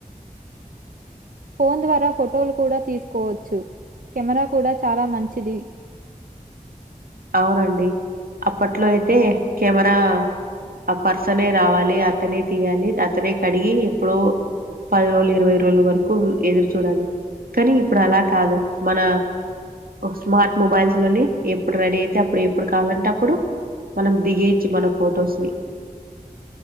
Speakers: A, on the right; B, on the right.
A: ఫోన్ ద్వారా ఫొటోలు కూడా తీసుకోవచ్చు కెమెరా కూడా చాలా మంచిది
B: అవునండి అప్పట్లో అయితే కెమెరా ఆ పర్సనే రావాలి అతనే తీయాలి అతనే కడిగి ఎప్పుడ పది రోజులు ఇరవై రోజుల వరకు ఎదురు చూడాలి కానీ ఇప్పుడు అలా కాదు మన స్మార్ట్ మొబైల్స్ లోనే ఇప్పుడు రెడీ అయితే అప్పుడు ఎప్పుడు కావాలంటే అప్పుడు మనం దిగేచ్చు మన ఫొటోస్ ని